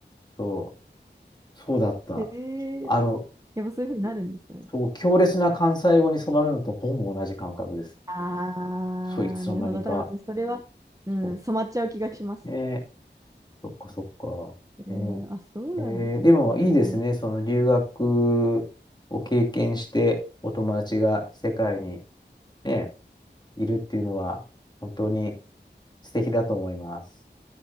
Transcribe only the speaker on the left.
そう、そうだった。
あの、
そう、強烈な関西語に染まるのとほぼ同じ感覚です。
そう、いつの間にか。
そ
う。ねえ、そっかそっか。
ね
え、えーでもいいですね。その留学を経験して、お友達が世界にね、いるっていうのは、本当に素敵だと思います。